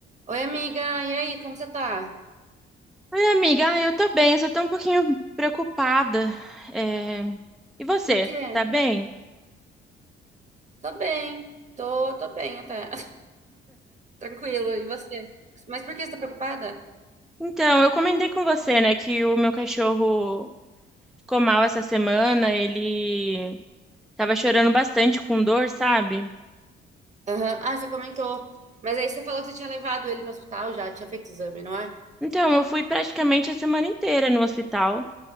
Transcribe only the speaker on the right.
Oi, amiga, e aí, como você tá?
Por quê?
Tô bem, tô, tô bem até, <laughs> tranquilo, e você? Mas por que você tá preocupada?
Aham. Ah, você comentou, mas aí você falou que você tinha levado ele no hospital já, tinha feito exame, não é?